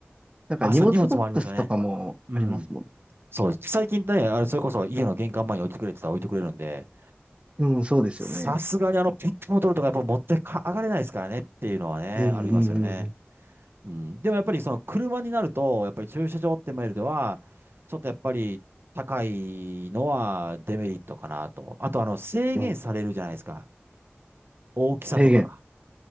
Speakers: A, on the right; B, on the right.
A: なんか荷物ボックスとかもありますもん。
B: あ、そう、荷物もありますよね。うん。そうです。最近ね、あれ、それこそ家の玄関前に置いてくれって言ったら置いてくれるんで、
A: うん、そうですよね。
B: さすがにあのペットボトルとかやっぱ持ってか上がれないですからねっていうのはね、
A: うんうんうんうん。
B: ありますよね。うん。でもやっぱりその車になると、やっぱり駐車場ってマイルでは、ちょっとやっぱり高いのはデメリットかなと。あとあの制限されるじゃないですか。
A: うん
B: 大きさとかが。
A: 制限